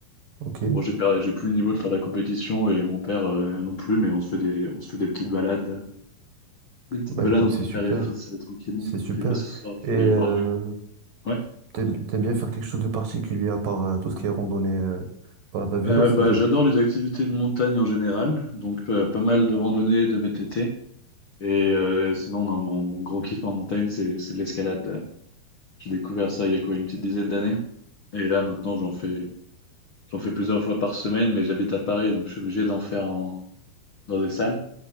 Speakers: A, on the right (about 60°); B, on the left (about 55°).
A: Ok.
B: Bon, j'ai perdu, j'ai plus le niveau de faire de la compétition et mon père euh, non plus, mais on se fait des, on se fait des petites balades. Des petites
A: Bah
B: balades
A: écoute,
B: entre
A: c'est
B: père
A: super.
B: et fils, euh, tranquillement.
A: C'est super.
B: Puis là, ce soir, je
A: Et euh,
B: vais voir mes... Ouais.
A: t'aimes, t'aimes bien faire quelque chose de particulier à part euh, tout ce qui est randonnée, euh, balade à vélo,
B: Euh,
A: c'est-à-dire.
B: bah, j'adore les activités de montagne en général. Donc, euh, pas mal de randonnées, de VTT. Et euh, sinon, non, mon, mon gros kiff en montagne, c'est, c'est de l'escalade. J'ai découvert ça il y a quoi, une petite dizaine d'années. Et là, maintenant, j'en fais, j'en fais plusieurs fois par semaine, mais j'habite à Paris, donc je suis obligé d'en faire en- dans des salles.